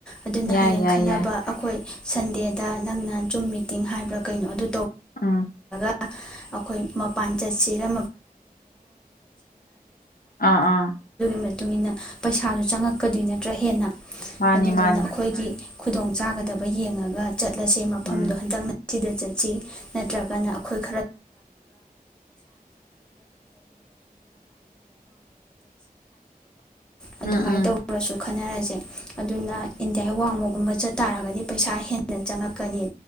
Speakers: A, in the centre; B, on the left.
A: ꯑꯗꯨꯅ
B: ꯌꯥꯏ
A: ꯍꯌꯦꯡ
B: ꯌꯥꯏ
A: ꯈꯟꯅꯕ
B: ꯌꯥꯏ
A: ꯑꯈꯣꯏ ꯁꯟꯗꯦꯗ ꯅꯪꯅ ꯖꯨꯝ ꯃꯤꯇꯤꯡ ꯍꯥꯏꯕ꯭ꯔꯥ ꯀꯩꯅꯣ ꯑꯗꯨ
B: ꯎꯝ
A: <inaudible> <inaudible> <inaudible> ꯀꯥꯏ ꯆꯠꯁꯤꯒꯦ
B: ꯑꯥ ꯑꯥ
A: <unintelligible> ꯄꯩꯁꯥꯗꯣ ꯆꯉꯛꯀꯗꯣꯏ ꯅꯠꯇꯔꯥ ꯍꯦꯟꯅ
B: ꯃꯥꯅꯦ
A: ꯑꯗꯨꯅ
B: ꯃꯥꯅꯦ
A: ꯑꯈꯣꯏꯒꯤ ꯈꯨꯗꯣꯡ ꯆꯥꯒꯗꯕ ꯌꯦꯉꯥꯒ ꯆꯠꯂꯁꯦ ꯃꯐꯝꯗꯨ
B: ꯎꯝ
A: ꯍꯟꯗꯛꯅ ꯁꯤꯗ ꯆꯠꯁꯤ ꯅꯠꯇꯔꯒꯅ ꯑꯈꯣꯏ <inaudible> ꯑꯗꯨꯃꯥꯏ
B: ꯎꯝ ꯎꯝ
A: ꯇꯧꯔꯁꯨ ꯈꯟꯅꯔ꯭ꯖꯦ ꯑꯗꯨꯅ ꯏꯟꯗꯤꯌꯥ ꯋꯥꯡꯃꯒꯨꯝꯕ ꯆꯠ ꯇꯥꯔꯒꯗꯤ ꯄꯩꯁꯥ ꯍꯦꯟꯅꯥ ꯆꯉꯛꯀꯅꯤ <inaudible>